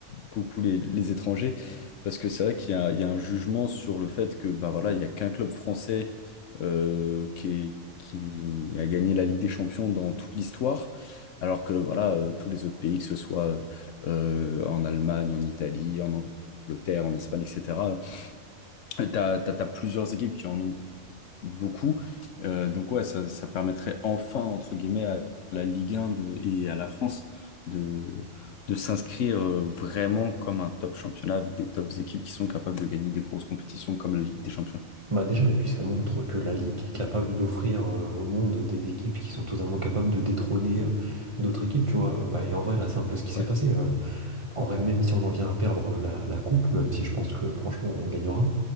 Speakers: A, on the left; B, on the right.
A: beaucoup les, les étrangers, parce que c'est vrai qu'il y a, il y a un jugement sur le fait que, bah voilà, il n'y a qu'un club français euh, qui est- qui a gagné la Ligue des Champions dans toute l'histoire, alors que, voilà, euh, tous les autres pays, que ce soit euh, euh, en Allemagne, en Italie, en Angleterre, en Espagne, etc. Tu as, plusieurs équipes qui en ont beaucoup. Euh, donc ouais, ça, ça permettrait enfin, entre guillemets, à la Ligue 1 de- et à la France de, de s'inscrire euh, vraiment comme un top championnat avec des tops équipes qui sont capables de gagner des grosses compétitions comme la Ligue des Champions.
B: Bah déjà, et puis ça montre que la Ligue est capable d'offrir euh, au monde des équipes qui sont totalement capables de détrôner euh, d'autres équipes, tu vois. Bah, et en vrai, là, c'est un peu ce qui
A: Ouais.
B: s'est passé. euh. En vrai, même si on en vient à perdre la, la coupe, même si je pense que franchement on gagnera,